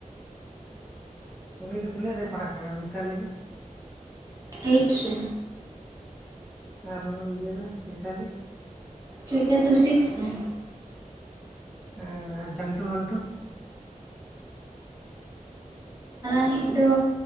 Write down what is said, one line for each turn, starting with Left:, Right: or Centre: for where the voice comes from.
Centre: ᱩᱱᱤ ᱫᱚ ᱛᱤᱱᱟᱹᱜ ᱨᱮ ᱯᱟᱲᱦᱟᱜ ᱠᱟᱱᱟᱭ ᱢᱤᱛᱟᱞᱤ ᱫᱚ
Right: ᱮᱭᱤᱴ ᱨᱮ
Centre: ᱟᱨ ᱱᱚᱩ ᱤᱭᱟᱹ ᱫᱚ ᱢᱤᱛᱟᱞᱤ
Right: ᱪᱩᱭᱛᱟ ᱫᱚ ᱥᱤᱠᱥ ᱨᱮ
Centre: ᱮᱸ ᱟ ᱪᱟᱹᱱᱴᱩ ᱵᱟᱹᱱᱴᱩ
Right: ᱤᱧᱤᱡ ᱫᱚ